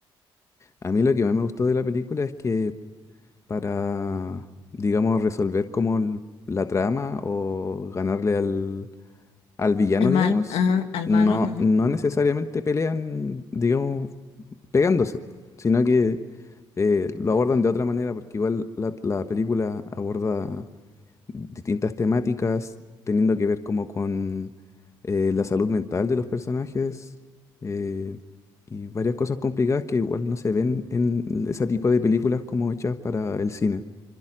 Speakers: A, on the left (about 30°); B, on the left (about 75°).
A: A mí lo que más me gustó de la película es que para, digamos, resolver como el- la trama o ganarle al, al villano,
B: Al mal,
A: digamos,
B: ajá, al
A: no,
B: malo.
A: no necesariamente pelean, digamos, pegándose, sino que eh, lo abordan de otra manera, porque igual la, la película aborda distintas temáticas teniendo que ver como con eh, la salud mental de los personajes eh, y varias cosas complicadas que igual no se ven en ese tipo de películas como hechas para el cine.